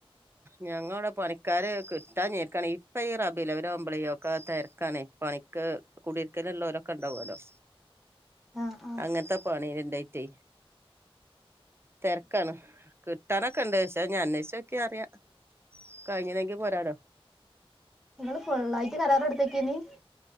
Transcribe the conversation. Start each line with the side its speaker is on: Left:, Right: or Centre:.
Right: ഞങ്ങളടെ പണിക്കാര് കിട്ടാ ഞെരിക്കാണ് ഇപ്പ ഈ റബിലവ്വൽ ആവുമ്പലേയ് ഒക്കെ തെരക്കാണേയ് പണിക്ക് കുടിർകല് ഇള്ളോർ ഒക്കെ ഇണ്ടാവല്ലോ
Centre: ആ ആ
Right: അങ്ങത്തെ പണീലിണ്ടായിറ്റേ തെരക്കാണ് കിട്ടാനൊക്കെ ഉണ്ട് പക്ഷെ ഞ്ഞി അന്വേഷിച്ച ഒക്കെ അറിയ കഴിഞ്ഞതെങ്കിൽ പോരാലോ
Centre: നിങ്ങള് ഫുള്ളായിട്ട് കരാറെടുത്തേക്കേ നിം